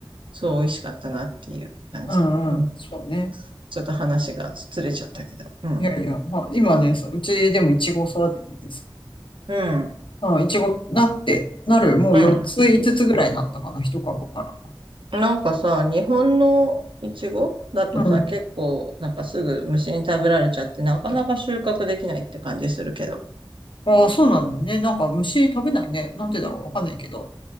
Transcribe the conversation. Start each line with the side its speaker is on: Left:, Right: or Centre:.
Right: そう、美味しかったなっていう感じ。
Left: うんうん。
Right: うん。
Left: そうね。
Right: ちょっと話がずれちゃったけど。うん。
Left: いやいや、まあ、今ね、そう、うちでもイチゴを育てててさ
Right: うん。
Left: うん、いちごなって、なる、もう4つ、
Right: うん。
Left: 5つつぐらいなったかな、1株から。
Right: なんかさ、日本のイチゴだとさ、
Left: うん。
Right: 結構、なんかすぐ虫に食べられちゃって、なかなか収穫できないって感じするけど。
Left: ああ、そうなんだよね。なんか虫食べないね。なんでだろう、わかんないけど。